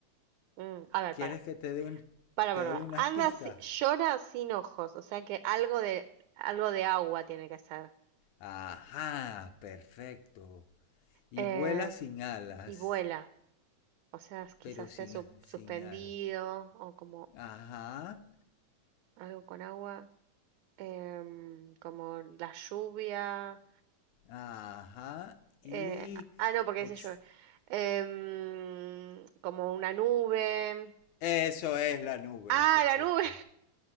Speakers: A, on the right; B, on the left.
A: ujú, mm. A ver,
B: ¿Quieres
A: para.
B: que te, dé un,
A: Para,
B: te
A: para,
B: doy
A: para.
B: unas
A: Anda,
B: pistas?
A: si- llora sin ojos, o sea que algo de, algo de agua tiene que ser.
B: Ajá, perfecto. Y
A: Eh,
B: vuela sin alas,
A: y vuela, o sea, es- quizás
B: pero sin,
A: esté su-
B: sin
A: suspendido
B: alas.
A: o como
B: Ajá,
A: algo con agua, em, como la lluvia.
B: ajá, y...
A: eh, ah, no, porque
B: ex-
A: dice llueve. Em, como una nube.
B: Eso es la nube,
A: Ah,
B: perfecto.
A: la nube.